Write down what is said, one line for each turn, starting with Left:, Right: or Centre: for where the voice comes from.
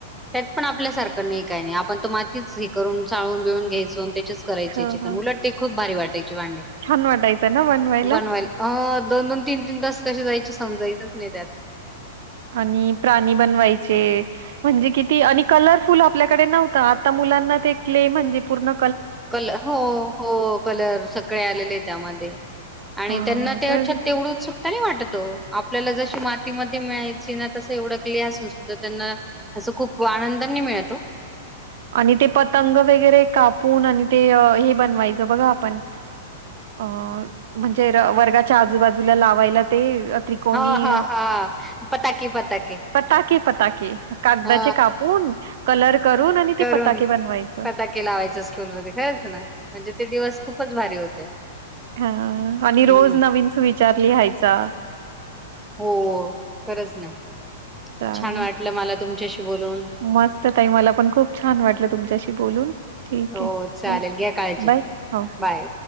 Centre: त्यात पण आपल्यासारखं नाही काही नाही आपण तर मातीच हे करून चाळून बिळून घ्यायचो करायचे
Right: हं,
Centre: चिकन
Right: हं.
Centre: उलट ते खूप भारी वाटायची भांडे.
Right: छान वाटायचं ना बनवायला
Centre: बनवायल अ दोन दोन तीन तीन तास कसे जायचे समजायचच नाही त्यात.
Right: आणि प्राणी बनवायचे म्हणजे किती आणि कलरफुल आपल्याकडे नव्हतं आता मु लांना ते क्ले म्हण पुर्ण
Centre: कल हो हो कलर सगळे आलेले त्यामध्ये आणि
Right: हां,
Centre: त्यांना त्या
Right: तर
Centre: अछत तेवढंच तरी वाटतो आपल्याला जशी मातीमध्ये मिळायची ना तस एवडकले असून सुद्धा त्यांना असं खूप आनंदांनी मिळत ओ.
Right: <unintelligible> आणि ते पतंग वगैरे कापून आणि ते हे बनवायचं बघा आपण अ म्हणजे वर्गाच्या आजूबाजूला लावायला ते त्रिकोणी
Centre: हा हा हा पताके पताके.
Right: पताके पताके कागदाचे
Centre: हा
Right: कापून कलर करून आणि
Centre: करून
Right: ते पताके बनवायचं.
Centre: पता के लावायचां स्कूल मध्ये खरंच ना म्हणजे ते दिवस खूपच भारी होते.
Right: हा आणि
Centre: हम्म
Right: रोज नवीन सुविचार लिहायचा.
Centre: हो खरच ना
Right: चालेल.
Centre: छान वाटलं मला तुमच्याशी बोलून
Right: मस्त ताई मला पण खूप छान वाटलं तुमच्याशी बोलून, ठीक
Centre: हो
Right: आहे
Centre: चालेल
Right: ओ
Centre: घ्या काळजी
Right: बाय.
Centre: घे
Right: हो.
Centre: बाय...